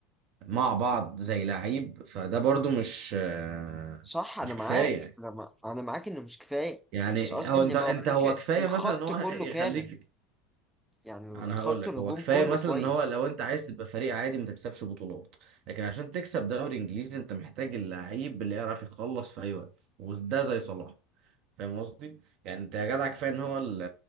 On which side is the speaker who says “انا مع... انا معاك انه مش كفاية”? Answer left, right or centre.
Centre